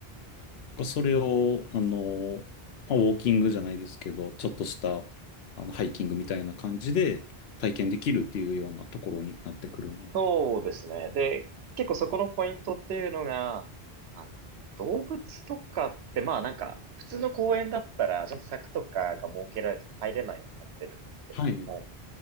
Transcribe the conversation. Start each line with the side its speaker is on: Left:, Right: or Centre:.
Left: それを、あの、まあ、ウォーキングじゃないですけど、ちょっとした、あの、ハイキングみたいな感じで体験できるっていうようなところになってくる。
Right: そうですね。で、結構そこのポイントっていうのが、あの、動物とかって、まあなんか、普通の公園だったら、ちゃんと柵とかが設けられて入れないようになってるんですけれども、
Left: はい。